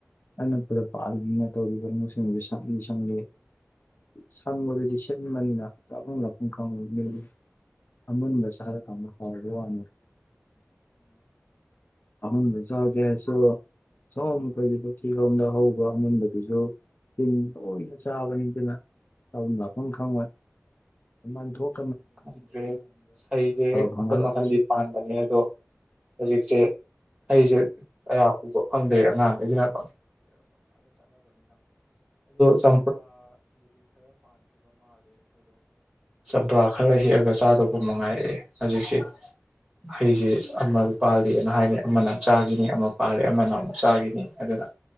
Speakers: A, on the left; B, on the right.
A: ꯑꯅꯛꯄꯗ ꯄꯥꯜꯂꯤꯅꯤꯅ ꯇꯧꯔꯤꯕ ꯍꯩꯅꯧꯁꯤꯡꯗꯨ ꯁꯪꯂꯤ ꯁꯪꯂꯤ ꯁꯪꯕꯗꯗꯤ ꯁꯤꯟꯕꯅꯤꯅ ꯆꯥꯐꯝ ꯂꯥꯛꯐꯝ ꯈꯪꯡꯅꯠꯇꯦ ꯑꯃꯨꯟꯕ ꯆꯥꯔꯀꯥꯟꯗ ꯍꯥꯎꯕ ꯋꯥꯅꯤ ꯑꯃꯨꯟꯕ ꯆꯥꯒꯦ ꯍꯥꯏꯔꯁꯨ ꯁꯣꯝ ꯑꯩꯈꯣꯏꯒꯤ ꯄꯨꯈ꯭ꯔꯤ ꯂꯣꯝꯗ ꯍꯧꯕ ꯑꯃꯨꯟꯕꯗꯨꯁꯨ ꯇꯤꯟ ꯂꯣꯏꯅ ꯆꯥꯕꯅꯤ ꯑꯗꯨꯅ ꯆꯥꯐꯝ ꯂꯥꯛ- ꯐꯝ ꯈꯪꯉꯣꯏ ꯃꯟ ꯊꯣꯛ
B: ꯈꯪꯗ꯭ꯔꯦ ꯍꯩꯖꯦ
A: ꯐꯪꯉꯔꯣꯏ
B: ꯃꯈꯟ ꯃꯈꯟꯗꯤ ꯄꯥꯟꯕꯅꯦ ꯑꯗꯣ ꯍꯦꯖꯤꯛꯁꯦ ꯍꯩꯖ ꯑꯌꯥꯝꯕꯥ ꯑꯃ ꯇꯥ ꯎꯕꯥ <unintelligible> ꯈꯔ ꯍꯦꯛꯑꯒ ꯆꯥꯗꯧꯕ ꯃꯉꯥꯏꯔꯦ ꯍꯧꯖꯤꯛꯁꯦ ꯍꯩꯁꯤ ꯑꯃ ꯄꯥꯜꯂꯦꯅ ꯍꯥꯏꯅꯤ ꯑꯃꯅ ꯑꯃ ꯆꯥꯈꯤꯅꯤ ꯑꯃ ꯄꯥꯜꯂꯤ ꯑꯃꯅ ꯑꯃꯨꯛ ꯆꯥꯈꯤꯅꯤ ꯑꯗꯨꯅ